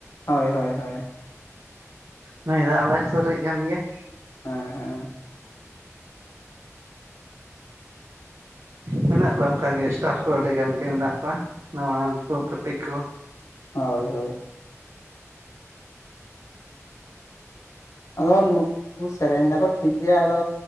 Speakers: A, on the left; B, on the right.
A: ᱦᱳᱭ ᱦᱳᱭ ᱦᱳᱭ
B: ᱱᱩᱭ ᱫᱚ ᱟᱞᱮ ᱥᱩᱹᱨ ᱤᱡ ᱠᱟᱱ ᱜᱮᱭᱟᱭ
A: ᱦᱮᱸ ᱦᱮᱸ
B: ᱢᱮᱱᱟᱜ ᱠᱚᱣᱟ ᱚᱱᱠᱟ ᱜᱮ ᱮᱥᱴᱟᱨ ᱠᱚ ᱟᱹᱰᱤ ᱜᱟᱱ ᱜᱮ ᱢᱮᱱᱟᱜ <unintelligible> ᱱᱟᱣᱟᱱ ᱠᱚ ᱠᱟᱹᱴᱤᱡ ᱠᱚ
A: ᱦᱳᱭ ᱦᱳᱭ ᱟᱫᱚ ᱱᱩᱠᱩ ᱥᱮᱨᱮᱧ ᱫᱟᱠᱚ ᱴᱷᱤᱠ ᱜᱮᱭᱟ ᱟᱫᱚ